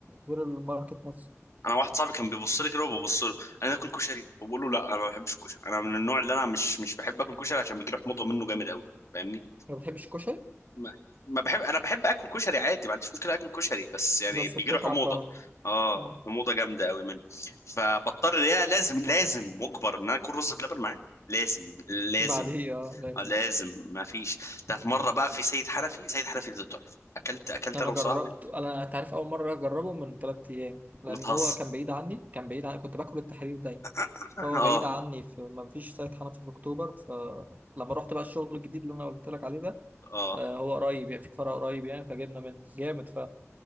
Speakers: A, on the right; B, on the left.
A: غير الماركت نفسه
B: انا واحد صاحبي كان بيبص لي كده وببص له انا اكل كشري وبقول له لا انا ما بحبش الكشري انا من النوع اللي انا مش مش بحب اكل كشري عشان بيجي لي حموضه منه جامد قوي فاهمني
A: ما بتحبش الكشري
B: ما ما بحب انا بحب اكل كشري عادي ما عنديش مشكله اكل كشري بس يعني
A: بس
B: بيجي
A: بتتعب
B: له حموضه
A: بعد
B: اه
A: مم.
B: حموضه جامده قوي منه فبضطر يا لازم لازم مجبر ان انا اكل رز بلبن معاه لازم لازم
A: بعديه اه لازم
B: آه، لازم ما فيش ده في مره بقى في سيد حنفي سيد حنفي ده تحفه اكلت اكلت
A: انا
B: انا وصاحبي
A: جربت انا انت عارف اول مره اجربه من ثلاث ايام لان
B: بتهزر
A: هو كان بعيد عني كان بعيد عني كنت باكل التحرير دايما
B: <laughs>
A: هو
B: اه
A: بعيد عني في ما فيش سايت حنفي في اكتوبر فلما رحت بقى الشغل الجديد اللي انا قلت لك عليه ده
B: اه
A: آه، هو قريب يعني في فرع قريب يعني فجبنا منه جامد ف